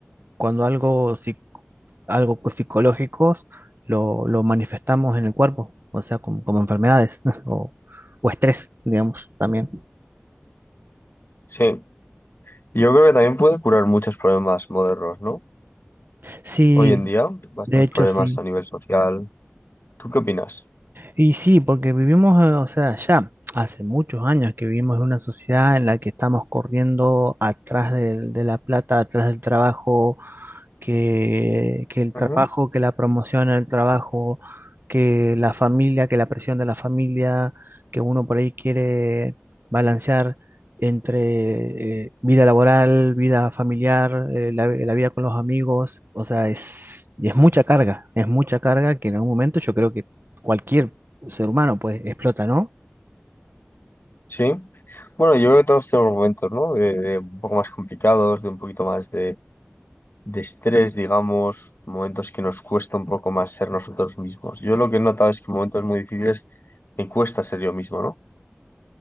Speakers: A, on the right (about 55°); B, on the left (about 55°).
A: cuando algo, psic- algo psicológicos lo, lo manifestamos en el cuerpo, o sea, como, como enfermedades <laughs> o, o estrés, digamos, también.
B: sí. Yo creo que también puede curar muchos problemas modernos, ¿no?
A: Sí,
B: hoy en día, bastantes
A: de hecho
B: problemas
A: sí.
B: a nivel social. ¿Tú qué opinas?
A: Y sí, porque vivimos, eh, o sea, ya hace muchos años que vivimos en una sociedad en la que estamos corriendo atrás del- de la plata, atrás del trabajo que, que el
B: Ujú,
A: trabajo, que la promoción al trabajo, que la familia, que la presión de la familia, que uno por ahí quiere balancear entre eh, vida laboral, vida familiar, eh, la, la vida con los amigos, o sea, es, y es mucha carga, es mucha carga que en algún momento yo creo que cualquier ser humano pues explota, ¿no?
B: Sí. Bueno, yo creo que todos tenemos momentos, ¿no? De, de un poco más complicados, de un poquito más de, de estrés, digamos, momentos que nos cuesta un poco más ser nosotros mismos. Yo lo que he notado es que en momentos muy difíciles me cuesta ser yo mismo, ¿no?